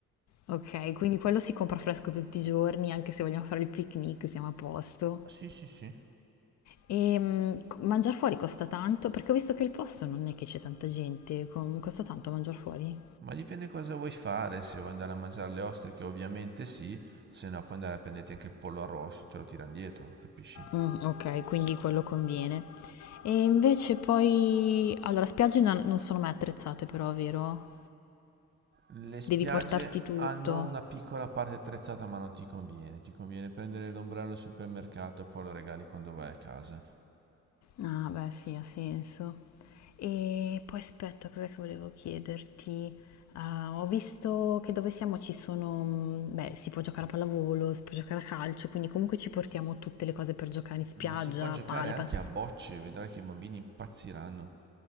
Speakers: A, on the left; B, on the right.
A: Ok, quindi quello si compra fresco tutti i giorni, anche se vogliamo fare il picnic, siamo a posto.
B: Sì, sì, sì.
A: E mh, co- mangiare fuori costa tanto? Perché ho visto che il posto non è che c'è tanta gente, com- costa tanto mangiare fuori?
B: Ma dipende cosa vuoi fare, se vuoi andare a mangiare le ostriche ovviamente sì, se no puoi andare a prenderti anche il pollo arrosto, te lo tirano dietro, capisci?
A: Mm, ok, quindi quello conviene. E invece poi... Allora, spiagge non non sono mai attrezzate però, vero?
B: Le spiagge
A: Devi portarti tutto.
B: hanno una piccola parte attrezzata ma non ti conviene, ti conviene prendere l'ombrello al supermercato e poi lo regali quando vai a casa.
A: Ah, beh, sì, ha senso. E poi aspetta, cos'è che volevo chiederti? Ah, ho visto che dove siamo ci sono, mm, beh, si può giocare a pallavolo, si può giocare a calcio, quindi comunque ci portiamo tutte le cose per giocare in spiaggia,
B: Ma si può giocare
A: pale,
B: anche
A: pa-
B: a bocce, vedrai che i bambini impazziranno.